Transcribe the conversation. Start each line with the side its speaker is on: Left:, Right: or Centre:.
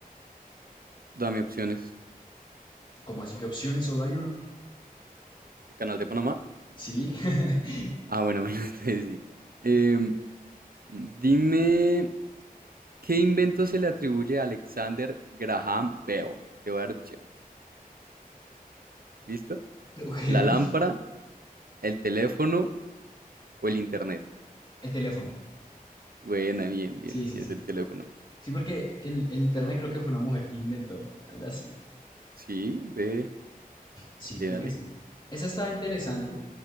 Right: Dame opciones.
Left: ¿Cómo así que opciones? Solo hay uno.
Right: ¿El canal de Panamá?
Left: Sí. <laughs>
Right: Ah, bueno, <laughs> bueno, entonces sí. Em, dime, ¿qué invento se le atribuye a Alexander Graham Bell? Te voy a dar opciones. ¿Listo?
Left: Ok.
Right: ¿La lámpara, el teléfono o el internet?
Left: El teléfono.
Right: Buena, bien, bien.
Left: Sí, sí,
Right: Si es
Left: sí.
Right: el teléfono.
Left: Sí, porque el, el internet creo que fue una mujer que lo inventó, algo así.
Right: Sí, ve,
Left: Sí,
Right: que
Left: creo
Right: dale.
Left: que sí. Esa está interesante,